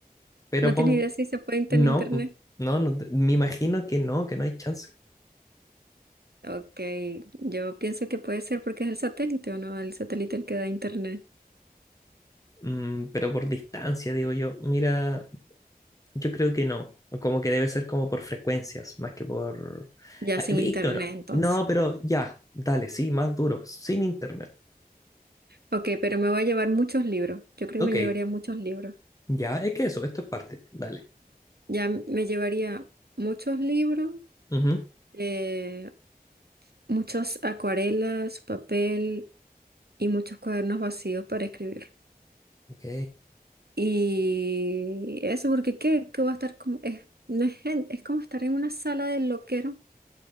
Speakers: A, on the left; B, on the right.
A: Pero
B: No
A: pon,
B: tienes idea si se puede tener
A: no,
B: internet.
A: no, no, te- me imagino que no, que no hay chance.
B: Ok, yo pienso que puede ser porque es el satélite o no, el satélite el que da internet.
A: Mm, pero por distancia, digo yo. Mira, yo creo que no. O Como que debe ser como por frecuencias, más que por...
B: Ya
A: Ah,
B: sin
A: Ignoro.
B: internet entonces.
A: No, pero ya, dale, sí, más duro, sin internet.
B: Ok, pero me voy a llevar muchos libros. Yo creo
A: Ok,
B: que me llevaría muchos libros.
A: ya, es que eso, esto es parte, dale.
B: Ya me llevaría muchos libros,
A: Ujú,
B: eh, muchas acuarelas, papel y muchos cuadernos vacíos para escribir.
A: Ok.
B: Y eso, porque ¿qué? ¿Qué va a estar como? Es, no es, gen- es como estar en una sala de loquero,